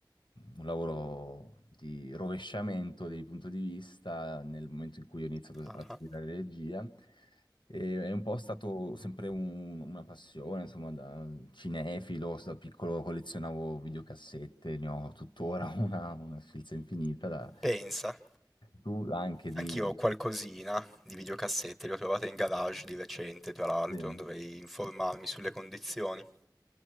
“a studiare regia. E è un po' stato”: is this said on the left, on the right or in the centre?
Left